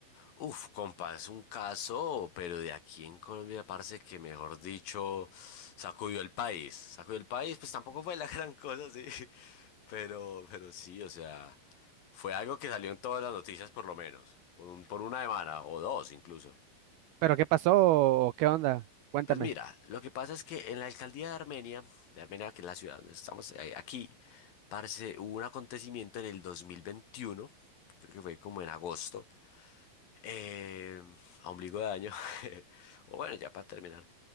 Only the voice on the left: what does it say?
Uf, compa, es un caso, pero de aquí en Colombia parece que, mejor dicho, sacudió el país. Sacudió el país, pues tampoco fue la <laughs> gran cosa, sí. <laughs> Pero, pero sí, o sea, fue algo que salió en todas las noticias por lo menos, por un, por una semana o dos incluso.
Pues mira, lo que pasa es que en la alcaldía de Armenia, de Armenia, que es la ciudad donde estamos eh, aquí, parce, hubo un acontecimiento en el 2021, creo que fue como en agosto, Eh, a ombligo de año. <laughs> O bueno, ya para terminar.